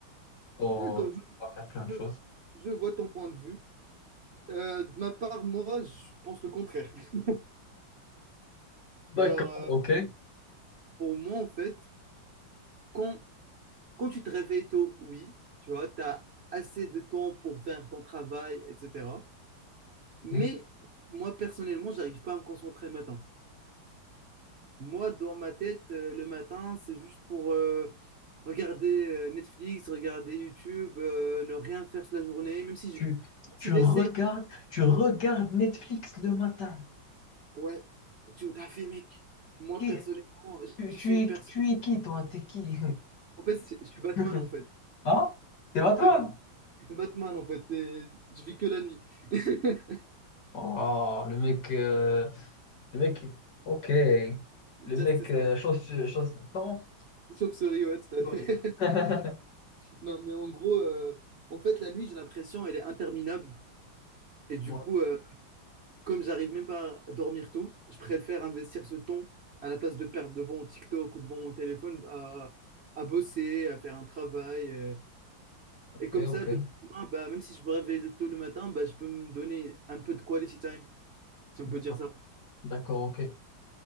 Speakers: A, on the left (about 60°); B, on the right (about 80°).
A: pour
B: d'accord,
A: tu
B: je,
A: pourras faire plein de
B: je-
A: choses.
B: je vois ton point de vue. Euh, de ma part, moi, je pense le contraire. <laughs>
A: D'accord,
B: Genre, euh,
A: ok.
B: Pour moi, en fait, quand, quand tu te réveilles tôt, oui, tu vois, tu as assez de temps pour faire ton travail, etc. Mais
A: Mais
B: moi, personnellement, j'arrive pas à me concentrer le matin. Moi, dans ma tête, euh, le matin, c'est juste pour euh, regarder euh, Netflix, regarder YouTube, euh, ne rien faire sur la journée, même si je-
A: tu,
B: même si
A: tu
B: j'essaie.
A: regardes, tu regardes Netflix le matin.
B: Ouais, tu t'as fait, mec. Moi,
A: Qui-
B: personnellement, je
A: tu,
B: je
A: tu
B: suis une
A: es,
B: personne.
A: tu es qui, toi? T'es qui?
B: En fait, je je suis Batman,
A: <laughs>
B: en fait.
A: ah C'est pas toi?
B: C'est Ba- Batman, en fait. Et Je vis que la nuit. <laughs>
A: Oh, le mec, euh, le mec, ok. Le
B: Justice
A: mec, euh, chose, chose, comment?
B: Sauf souris, ouais, tout à
A: Oui.
B: fait.
A: <laughs>
B: <laughs> Non, mais en gros, euh, en fait, la nuit, j'ai l'impression, elle est interminable. Et du
A: Ouais,
B: coup, euh, comme j'arrive même pas à dormir tôt, je préfère investir ce temps à la place de perdre devant mon TikTok ou devant mon téléphone à, à bosser, à faire un travail. euh.
A: Ok,
B: Et comme
A: ok.
B: ça, le lendemain, bah, même si je me réveille le- tôt le matin, bah, je peux me donner un peu de quality time, si on
A: D'accord,
B: peut dire ça.
A: d'accord, ok.